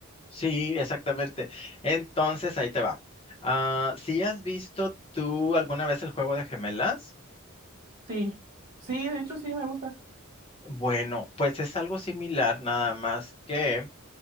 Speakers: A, on the left; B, on the right.
A: Sí, exactamente. Entonces, ahí te va. Ah, si has visto tú alguna vez el juego de gemelas,
B: Sí, sí, de hecho sí, me gusta.
A: bueno, pues es algo similar, nada más que